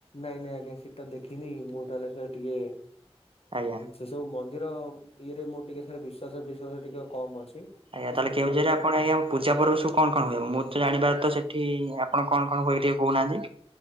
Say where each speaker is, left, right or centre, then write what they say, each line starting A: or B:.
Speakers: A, on the left; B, on the right.
A: ନାଇଁ ନାଇଁ ଆଜ୍ଞା ସେଟା ଦେଖିନି ମୁଁ ତାହେଲେ ସେ ଟିକେ
B: ଆଜ୍ଞା।
A: ସେସବୁ ମନ୍ଦିର ଇଏରେ ମୋର ଟିକି ସାର ବିଶ୍ୱାସ ଫିଶ୍ୱାସ ଟିକେ କମ୍ ଅଛି।
B: ଆଜ୍ଞା
A: ତ
B: ତାହଲେ
A: ସେଥିପାଇଁ
B: କେଉଁଝର ରେ ଆପଣ ଆଜ୍ଞା ପୂଜା ପର୍ବ ର ସବୁ କଣ କଣ ହୁଏ ମୁଁ ତ ଜାଣିବାର ତ ସେଠି ଆପଣ କଣ କଣ ହୁଏ ଟିକେ କହୁନାହାନ୍ତି।